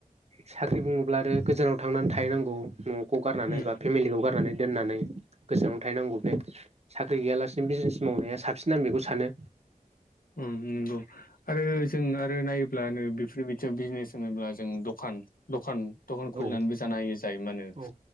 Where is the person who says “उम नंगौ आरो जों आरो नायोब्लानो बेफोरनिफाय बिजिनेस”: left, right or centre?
Left